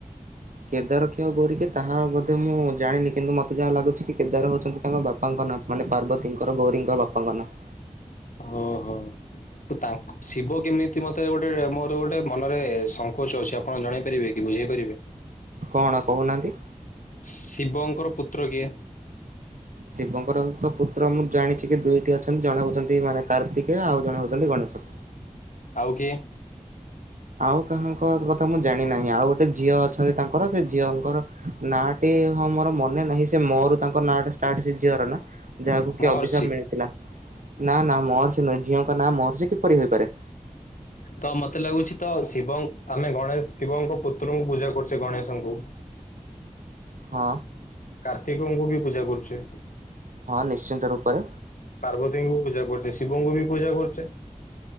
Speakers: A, on the right (about 80°); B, on the left (about 85°).
A: କେଦାର କିଏ ଆଉ ଗୌରୀ କିଏ ତାହା ବୋଧେ ମୁଁ ଜାଣିନି କିନ୍ତୁ ମୋତେ ଯାହା ଲାଗୁଛି କି କେଦାର ହଉଛନ୍ତି ତାଙ୍କ ବାପାଙ୍କ ନାଁ ମାନେ ପାର୍ବତୀଙ୍କର ଗୌରୀଙ୍କର ବାପାଙ୍କ ନାଁ
B: ଓହୋ ତା ଶିବ କେମିତି ମତେ ଗୋଟେ ମୋର ଗୋଟେ ମନରେ ସଙ୍କୋଚ ଅଛି ଆପଣ ଜଣେଇ ପାରିବେ କି ବୁଝେଇ ପାରିବେ?
A: କଣ କହୁନାହାନ୍ତି।
B: ଶିବଙ୍କର ପୁତ୍ର କିଏ?
A: ଶିବଙ୍କର ତ ପୁତ୍ର ମୁଁ ଜାଣିଛି କି ଦୁଇଟି ଅଛନ୍ତି ଜଣେ ହଉଛନ୍ତି ମାନେ କାର୍ତ୍ତିକେୟ ଆଉ ଜଣେ ହଉଛନ୍ତି ଗଣେଶ।
B: ଆଉ କିଏ?
A: ଆଉ କାହାଙ୍କ କଥା ମୁଁ ଜାଣି ନାହିଁ ଆଉ ଗୋଟେ ଝିଅ ଅଛନ୍ତି ତାଙ୍କର ସେ ଝିଅଙ୍କର ନାଁଟି ହଁ ମୋର ମନେ ନାହିଁ ସେ ମୋ ରୁ ତାଙ୍କ ନାଁଟା ଷ୍ଟାର୍ଟ ସେ ଝିଅର ନା ଯାହାକୁ
B: ମହର୍ଷି
A: କି ଅଭିଶାପ ମିଳିଥିଲା ନା ନା ମହର୍ଷି ନୁହେ ଝିଅଙ୍କ ନାଁ ମହର୍ଷି କିପରି ହୋଇପାରେ।
B: ତ ମତେ ଲାଗୁଛି ତ ଶିବ ଆମେ ଗଣେଶ ଶିବଙ୍କ ପୁତ୍ରଙ୍କୁ ପୂଜା କରୁଛେ ଗଣେଶଙ୍କୁ।
A: ହଁ।
B: କାର୍ତ୍ତିକଙ୍କୁ ବି ପୂଜା କରୁଛେ।
A: ହଁ ନିଶ୍ଚିନ୍ତ ରୂପରେ
B: ପାର୍ବତୀଙ୍କୁ ପୂଜା କରୁଛି ଶିବଙ୍କୁ ବି ପୂଜା କରୁଛେ।